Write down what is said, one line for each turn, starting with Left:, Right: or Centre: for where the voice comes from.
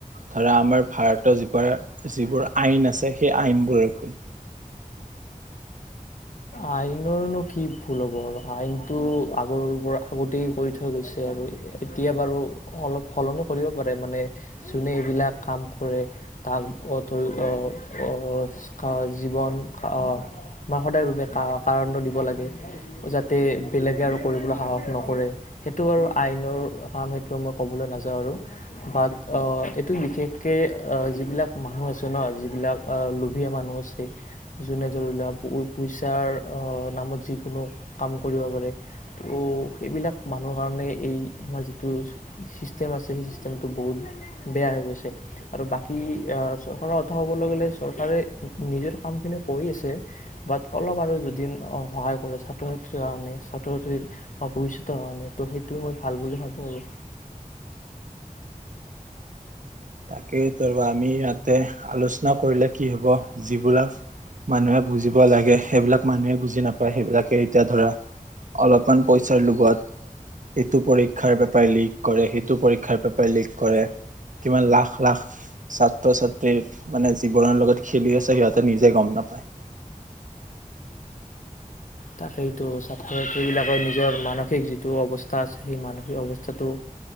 Right: ধৰা, আমাৰ ভাৰতৰ যিবাৰ যিবোৰ আইন আছে, সেই আইনবোৰেই ভুল?
Left: আইনৰনো কি ভুল হ'ব আৰু আইনটো আগৰ পৰা আগতেই কৰি থৈ গৈছে আৰু এতিয়া বাৰু অলপ সলনি কৰিব পাৰে মানে যোনে এইবিলাক কাম কৰে তাক অ 'ধৰি অ' অ' কা জীৱন আ মা সদায় ৰূপে কা-কাৰণটো দিব লাগে, যাতে বেলেগে আৰু কৰিবলৈ সাহস নকৰে। সেইটো আৰু আইনৰ কাৰণে ক'বলৈ নাযাওঁ আৰু, বাট অ', বিশেষকৈ অ', যিবিলাক মানুহ আছে ন, যিবিলাক অ লোভীয়া মানুহ আছে, যোনে ধৰি লোৱা পোও পইচাৰ অ নামত যিকোনো কাম কৰিব পাৰে। তো, সেইবিলাক মানুহৰ কাৰণে এই আমাৰ যিটো চিষ্টেম আছে, সেই চিষ্টেমটো বহুত বেয়া হৈ গৈছে। আৰু বাকী, আ', চৰকাৰৰ কথা ক'বলৈ গ'লে, চৰকাৰে নিজৰ কামখিনি কৰি আছে বাট, অলপ আৰু যদি সহায় কৰে ছাত্ৰ-ছাত্ৰীৰ কাৰণে, ছাত্ৰ-ছাত্ৰীৰ ভৱিষ্যতৰ কাৰণে, টো সেইটো মই ভাল বুলি ভাবোঁ আৰু
Right: তাকেই কৰবা আমি ইয়াতে আলোচনা কৰিলে কি হ'ব? যিবোলাক মানুহে বুজিব লাগে, সেইবিলাক মানুহেই বুজি নাপায়। সেইবিলাকে এতিয়া, ধৰা, আৰু অকন পইচাৰ লোভত এইটো পৰীক্ষাৰ পেপাৰ লিক কৰে, সেইটো পৰীক্ষাৰ পেপাৰ লিক কৰে। কিমান লাখ লাখ ছাত্ৰ ছাত্ৰীৰ মানে জীৱনৰ লগত খেলি আছে সিহঁতে নিজে গম নাপায়।
Left: তাকেইতো, ছাত্ৰ-ত্ৰীবিলাকৰ নিজৰ মানসিক যিটো অৱস্থা আছে, সেই মানসিক অৱস্থাটো